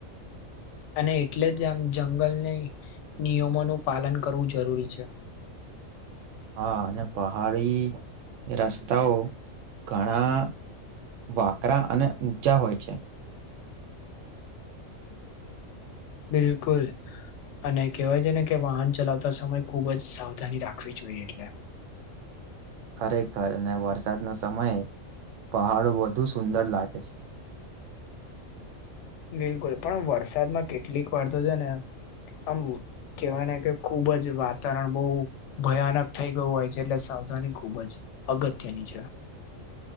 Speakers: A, on the left (about 70°); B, on the right (about 70°).
A: અને એટલે જ આમ જંગલને નિયમોનું પાલન કરવું જરૂરી છે
B: હા અને પહાડી રસ્તાઓ ઘણા વાકરા અને ઊંચા હોય છે
A: બિલકુલ અને કહેવાય છે ને કે વાહન ચલાવતા સમય ખૂબ જ સાવધાની રાખવી જોઈએ એટલે
B: <inaudible> ખરેખર અને વરસાદના સમયે પહાડો વધુ સુંદર લાગે બસ
A: બિલકુલ પણ વરસાદમાં કેટલીક વારતો છે ને આમ કેવાય ને કે ખુબ જ વાતાવરણ બહુ ભયાનક થઈ ગયું હોય છે એટલે સાવધાની ખૂબ ખુબ જ અગત્યની છે